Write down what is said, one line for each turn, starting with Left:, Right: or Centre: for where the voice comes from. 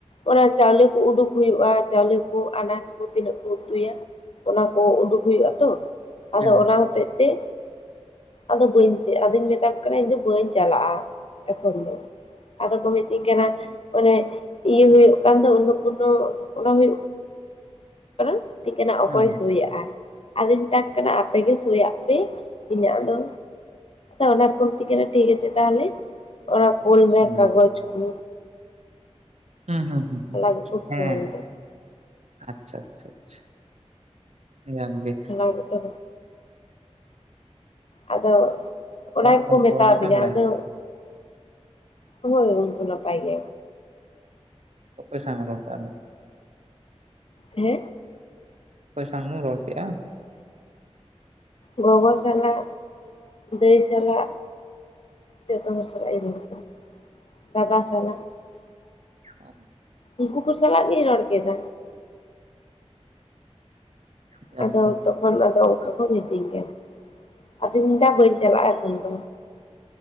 Left: ᱚᱱᱟ ᱪᱟᱣᱞᱮ ᱠᱚ ᱩᱰᱩᱠ ᱦᱩᱭᱩᱜᱼᱟ ᱪᱟᱣᱞᱮ ᱠᱚ ᱟᱱᱟᱡ ᱠᱚ ᱛᱤᱱᱟᱹᱜ ᱠᱩ ᱩᱛᱩᱭᱟ ᱚᱱᱟ ᱠᱚ ᱩᱰᱩᱠ ᱦᱩᱭᱩᱜ ᱟᱛᱚ ᱟᱫᱚ
Right: ᱦᱮᱸ
Left: ᱚᱱᱟ ᱦᱚᱛᱮᱜ ᱛᱮ ᱟᱫᱚ ᱵᱟᱹᱧ ᱟᱫᱚᱧ ᱢᱮᱛᱟᱠᱚ ᱠᱟᱱᱟ ᱤᱧ ᱫᱚ ᱵᱟᱹᱧ ᱪᱟᱞᱟᱜᱼᱟ ᱮᱠᱷᱚᱱ ᱫᱚ᱾ ᱟᱫᱚ ᱠᱚ ᱢᱤᱛᱟᱹᱧ ᱠᱟᱱᱟ ᱚᱱᱮ ᱤᱭᱟᱹ ᱦᱩᱭᱩᱜ ᱠᱟᱱ ᱫᱚ ᱩᱱᱱᱚᱯᱩᱱᱱᱚ ᱚᱱᱟ ᱦᱩᱭᱩᱜ ᱢᱤᱛᱟᱹᱧ ᱠᱟᱱᱟ ᱚᱠᱚᱭ
Right: ᱦᱮᱸ
Left: ᱥᱩᱭ ᱟᱜᱼᱟᱭ ᱟᱫᱚᱧ ᱢᱮᱛᱟ ᱠᱚ ᱠᱟᱱᱟ ᱟᱯᱮᱜ ᱜᱮ ᱥᱳᱭᱟᱜ ᱯᱮ ᱤᱧᱟᱹᱜ ᱫᱚ᱾ ᱚᱱᱟ ᱠᱚ ᱢᱤᱛᱟᱹᱧ ᱠᱟᱱᱟ
Right: ᱦᱮᱸ
Left: ᱴᱷᱤᱠ ᱟᱪᱮ ᱛᱟᱦᱚᱞᱮ ᱚᱱᱟ ᱠᱳᱞ ᱢᱮ
Right: ᱦᱮᱸ
Left: ᱠᱟᱜᱡᱽ ᱠᱚ
Right: ᱦᱩᱸ ᱦᱩᱸ ᱦᱩᱸ ᱦᱩᱸ
Left: ᱦᱚᱞᱟ ᱜᱮᱠᱚ ᱯᱷᱳᱱ
Right: ᱦᱮᱻ
Left: ᱞᱮᱫᱟ
Right: ᱟᱪᱪᱷᱟ ᱟᱪᱪᱷᱟ ᱟᱪᱪᱷᱟ᱾ ᱡᱚᱜ ᱜᱮ
Left: ᱚᱱᱟᱜᱮ ᱛᱚᱵᱮ ᱟᱫᱚ ᱚᱱᱟ
Right: ᱚᱲᱟᱜ
Left: ᱜᱮᱠᱚ
Right: ᱦᱚᱲ
Left: ᱢᱮᱛᱟᱣ
Right: ᱠᱚ ᱱᱟᱯᱟᱭ
Left: ᱫᱤᱧᱟ
Right: ᱵᱟᱲᱟ
Left: ᱟᱫᱚ
Right: ᱜᱮᱭᱟ ᱠᱚ?
Left: ᱦᱳᱭ ᱩᱱᱠᱩ ᱱᱟᱯᱟᱭ ᱜᱮ
Right: ᱚᱠᱚᱭ ᱥᱟᱣ ᱨᱚᱲ ᱫᱟ ᱟᱨᱦᱚ
Left: ᱦᱮᱸ
Right: ᱚᱠᱚᱭ ᱥᱟᱢ ᱨᱚᱲ ᱠᱮᱫᱼᱟᱢ
Left: ᱜᱚᱜᱚ ᱥᱟᱞᱟᱜ ᱫᱟᱹᱭ ᱥᱟᱞᱟᱜ ᱡᱚᱛᱚ ᱦᱚᱲ ᱥᱟᱞᱟᱜ ᱤᱫᱤ ᱟᱠᱟᱱᱟ ᱫᱟᱫᱟ ᱥᱟᱞᱟᱜ
Right: <unintelligible>
Left: ᱩᱱᱠᱩ ᱠᱚ ᱥᱟᱞᱟᱜ ᱜᱤᱧ ᱨᱚᱲ ᱠᱮᱫᱟ᱾
Right: ᱡᱟᱠ
Left: ᱟᱫᱚ
Right: ᱜᱮ
Left: ᱛᱚᱠᱷᱚᱱ ᱟᱫᱚ ᱚᱱᱠᱟ ᱠᱚ ᱢᱤᱛᱟᱹᱧ ᱠᱟᱱᱟ ᱟᱫᱚ ᱢᱮᱱᱫᱟ ᱵᱟᱹᱧ ᱪᱟᱞᱟᱜᱼᱟ ᱮᱠᱷᱚᱱ ᱫᱚ